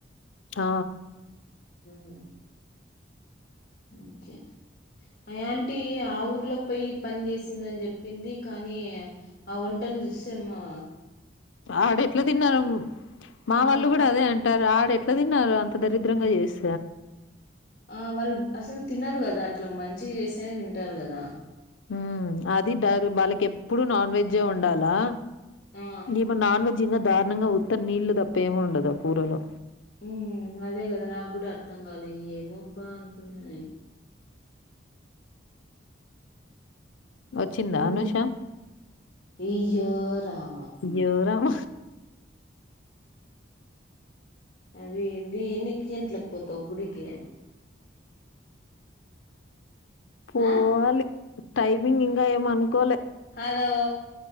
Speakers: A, on the left (about 80°); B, on the left (about 50°).
A: ఆ
B: ఉహూ ఓకే అ ఆంటీ ఆ ఊర్లో పోయి పని చేసిందని చెప్పింది కానీ ఆ వంటలు చూస్తేమో
A: ఆడ ఎట్లా తిన్నారు మా
B: ఆ
A: వాళ్ళు కూడా అదే అంటారు ఆడ ఎట్లా తిన్నారు అంత దరిద్రంగా చేస్
B: ఆ వాళ్ళు అసలు తినరు కదా ట్లా మంచిగా చేస్తేనే తింటారు కదా
A: హూమ్మ్ అది డార్ వాళ్ళకి ఎప్పుడూ నాన్ వెజ్జే ఉండాలా
B: ఆ
A: ఈమె నాన్ వెజ్ జింగా దారుణంగా ఉత్త నీళ్లు తప్ప ఏం ఉండదు ఆ కూరలో
B: ఉమ్మ్ అదే కదా నాకు కూడా అర్థం కాలే ఏమోబ్బా అనుకున్నా నేను
A: వచ్చిందా
B: హూమ్మ్
A: అనూష?
B: అయ్యో రామ
A: అయ్యో రామ!
B: అది ఏంది ఎన్నికి గంట్లకు పోతావు గుడికి
A: పోవాలి
B: ఆ
A: టైమింగ్ ఇంకా ఏమనుకోలే
B: hello